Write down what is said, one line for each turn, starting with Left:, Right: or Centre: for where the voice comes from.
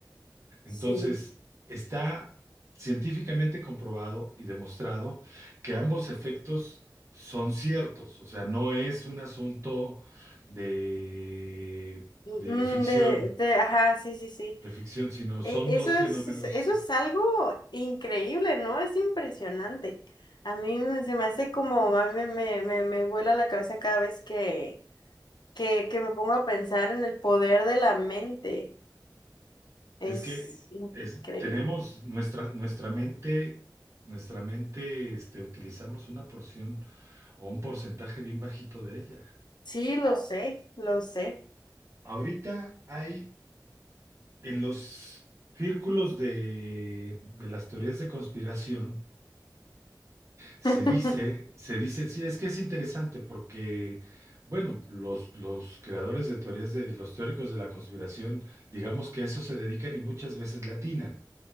Right: Entonces,
Left: sí.
Right: está científicamente comprobado y demostrado que ambos efectos son ciertos, o sea, no es un asunto de,
Left: Mm,
Right: de ficción,
Left: de, de, ajá, sí, sí, sí.
Right: de ficción, sino
Left: E-
Right: son
Left: eso
Right: dos
Left: es,
Right: fenómenos.
Left: es- eso
Right: eh,
Left: es algo increíble, ¿no? Es impresionante. A mí me- se me hace como, a mí me, me, me vuela la cabeza cada vez que, que, que me pongo a pensar en el poder de la mente. Es
Right: Es que
Left: increíble.
Right: es- tenemos nuestra, nuestra mente, nuestra mente, este, utilizamos una porción o un porcentaje bien bajito de ella.
Left: Sí, lo sé, lo sé.
Right: Ahorita hay en los círculos de, de las teorías de conspiración, se
Left: <laughs>
Right: dice, se dice, sí, es que es interesante porque, bueno, los, los creadores de teorías de los teóricos de la conspiración, digamos que a eso se dedican y muchas veces le atinan,